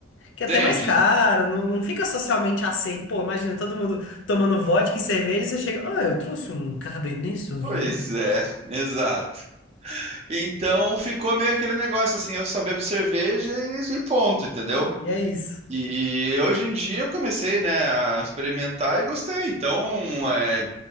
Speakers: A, on the left; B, on the right.
A: que é
B: Entende?
A: até mais caro, não, não fica socialmente aceito. Pô, imagina todo mundo tomando vodka e cerveja, e você chega, ah, eu trouxe um Cabernet Sauvignon.
B: Pois é, <laughs> exato. Então ficou meio aquele negócio assim, eu só bebo cerveja e, e ponto, entendeu?
A: E é isso.
B: E hoje em dia eu comecei, né, a experimentar e gostei. Então, é,